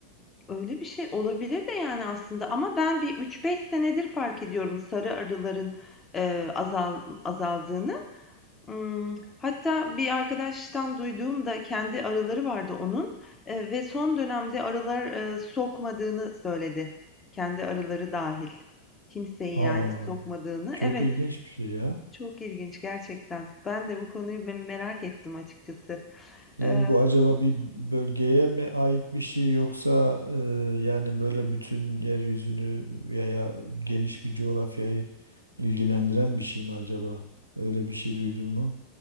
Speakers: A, on the left; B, on the right.
A: Öyle bir şey olabilir de, yani, aslında ama ben bir 3-5 senedir fark ediyorum sarı arıların, eee, azal azaldığını. Imm, hatta bir arkadaştan duyduğum da kendi arıları vardı onun, eee, ve son dönemde arılar, eee, sokmadığını söyledi. Kendi arıları dahil Kimseyi
B: aa,
A: yani sokmadığını.
B: çok
A: Evet,
B: ilginç bir şey ya.
A: çok ilginç gerçekten. Ben de bu konuyu me merak ettim açıkçası.
B: Yani
A: Eee
B: bu acaba bir bölgeye mi ait bir şey yoksa e, yani böyle bütün yeryüzünü veya geniş bir coğrafyayı ilgilendiren bir şey mi acaba? Öyle bir şey duydun mu?